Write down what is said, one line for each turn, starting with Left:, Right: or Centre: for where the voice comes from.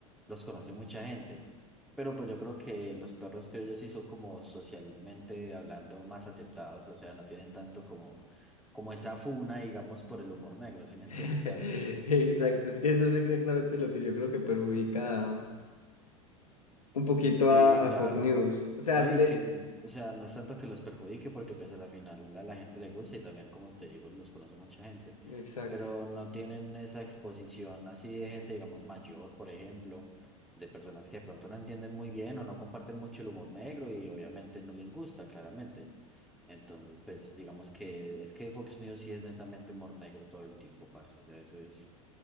Centre: los conoce mucha gente. Pero pues yo creo que los perros que ellos sí son como socialmente hablando más aceptados, o sea, no tienen tanto como, como esa funa, digamos, por el humor negro, ¿sí me entiendes?
Left: <laughs>
Centre: O
Left: Exacto,
Centre: sea,
Left: es que eso es exactamente lo que yo creo que perjudica un poquito
Centre: sí,
Left: a,
Centre: claro.
Left: a Fox News. O sea,
Centre: No,
Left: de...
Centre: y que, o sea, no es tanto que los perjudique, porque pues a la final a la gente le gusta y también, como te digo, los conoce mucha gente,
Left: Exacto.
Centre: pero no tienen esa exposición así de gente, digamos, mayor, por ejemplo, de personas que de pronto no entienden muy bien o no comparten mucho el humor negro y obviamente no les gusta, claramente. Entonces, pues, digamos que es que Fox News sí es netamente humor negro todo el tiempo, parce, o sea, eso es